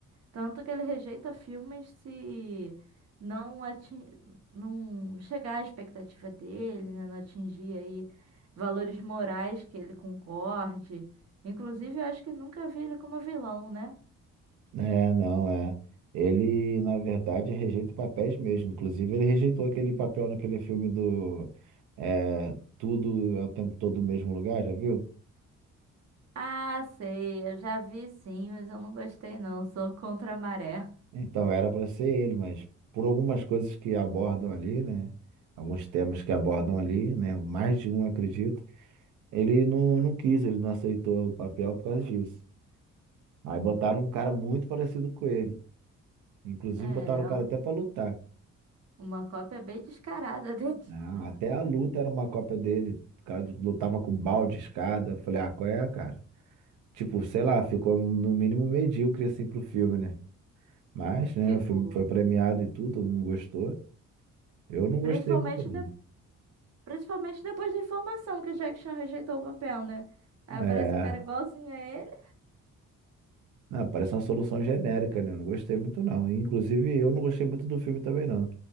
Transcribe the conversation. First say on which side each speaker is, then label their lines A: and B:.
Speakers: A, on the right; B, on the right.
A: Tanto que ele rejeita filmes se não atin... não chegar à expectativa dele, né? Não atingir aí valores morais que ele concorde. Inclusive, eu acho que nunca vi ele como vilão, né?
B: É, não, é. Ele, na verdade, rejeita papéis mesmo. Inclusive, ele rejeitou aquele papel naquele filme do é, Tudo é o tempo todo no mesmo lugar, já viu?
A: Ah, sei, eu já vi sim, mas eu não gostei não, sou contra a maré.
B: Então, era para ser ele, mas por algumas coisas que abordam ali, né? Alguns temas que abordam ali, né? Mais de um, acredito. Ele não, não quis, ele não aceitou o papel por causa disso. Aí botaram um cara muito parecido com ele. Inclusive,
A: É,
B: botaram o cara até para lutar.
A: uma cópia bem descarada <laughs> dele.
B: Ah, até a luta era uma cópia dele. O cara lutava com balde, escada. Eu Falei, ah, qual é, cara? Tipo, sei lá, ficou no mínimo medíocre assim pro filme, né? Mas, né,
A: Ficou.
B: o filme foi premiado e tudo, todo mundo gostou. Eu não gostei
A: Principalmente,
B: muito, não.
A: de- Principalmente depois da informação que o Jack Chan rejeitou o papel, né? Aí
B: É.
A: aparece o cara igualzinho a ele.
B: Não, parece uma solução genérica, né? Eu não gostei muito, não. Inclusive, eu não gostei muito do filme também, não.